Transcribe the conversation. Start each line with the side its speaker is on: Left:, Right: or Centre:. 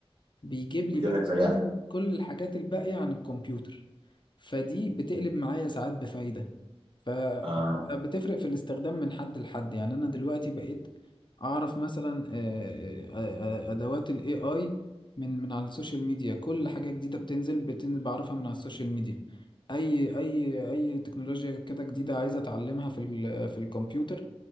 Left: بيجيب
Right: بيجيب
Left: لي بقى
Right: لك زيها
Left: كل كل الحاجات الباقية عن الكمبيوتر فدي بتقلب معايا ساعات بفايدة فبتفرق
Right: اه
Left: في الاستخدام من حد لحد يعني أنا دلوقتي بقيت أعرف مثلا آه، آه، آه، أدوات ال AI من من على السوشيال ميديا كل حاجة جديدة بتنزل بتنزل بعرفها من على السوشيال ميديا أي أي أي تكنولوجيا كده جديدة عايزة أتعلمها في ال- في الكمبيوتر